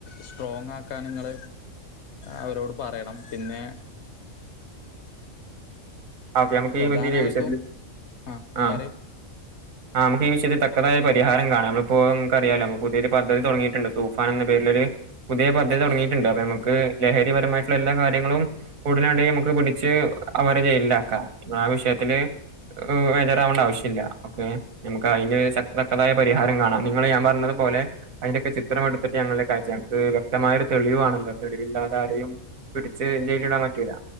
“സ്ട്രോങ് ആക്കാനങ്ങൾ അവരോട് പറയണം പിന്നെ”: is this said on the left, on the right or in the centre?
Left